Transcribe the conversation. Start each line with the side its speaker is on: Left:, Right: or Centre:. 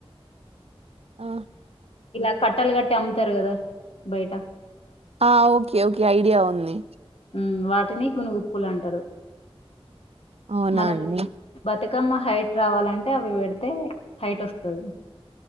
Right: ఆ
Left: ఇలా కట్టలు గట్ట అమ్ముతారు కదా బయట
Right: ఆ ఓకే ఓకే ఐడియా ఉంది
Left: ఉమ్ వాటిని గునుగుప్పులు అంటారు
Right: అవునండీ
Left: మనకి బతుకమ్మ హైట్ రావాలంటే అవి పెడితే హైట్ వస్తుంది